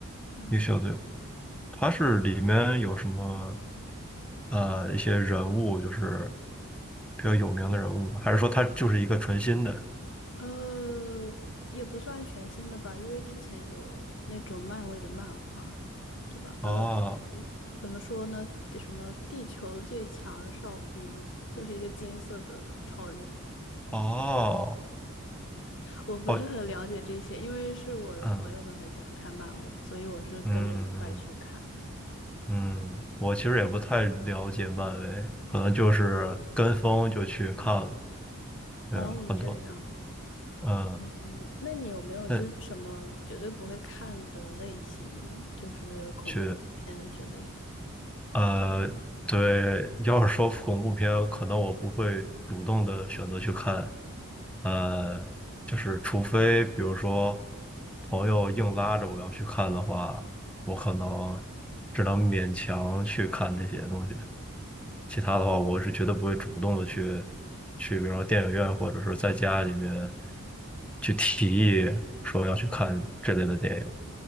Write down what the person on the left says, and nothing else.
嗯，
呃，也不算全新的吧，因为之前有那种漫威的漫画，对吧？呃，
怎么说呢？什么地球最强哨兵，就是一个金色的超人。
我不是很了解这些，
因为是我的朋友们很喜欢看漫威，
所以我是跟着一块儿去看。
哦，
这样。
嗯，那你有没有就是什么绝对不会看的类型呢？
就是恐怖片之类的。